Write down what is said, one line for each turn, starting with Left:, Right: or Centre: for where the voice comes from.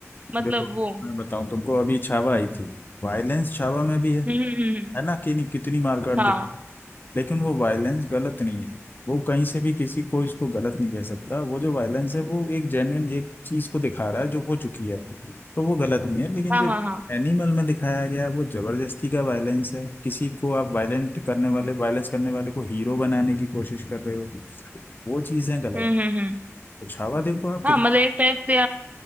Right: मतलब
Left: देखो
Right: वो
Left: मैं बताऊं तुमको अभी छावा आई थी वायलेंस छावा में भी है
Right: हम्म हम्म हम्म, हम्म,
Left: है ना कि नहीं कितनी मार काट
Right: हाँ
Left: लेकिन वो वायलेंस गलत नहीं है वो कहीं से भी किसी को इसको गलत नहीं कह सकता वो जो वायलेंस है वो एक जेन्युइन एक चीज को दिखा रहा है जो हो चुकी है तो वो गलत नहीं है लेकिन
Right: हाँ
Left: जो
Right: हाँ हाँ
Left: एनिमल में दिखाया गया है वो जबरदस्ती का वायलेंस है किसी को आप वायलेंट करने वाले
Right: हम्म
Left: वायलेंस करने वाले को हीरो बनाने की कोशिश कर रहे हो वो चीजें गलत
Right: हम्म हम्म हम्म।
Left: तो छावा देखो आप कितना
Right: हाँ मतलब एक टाइप से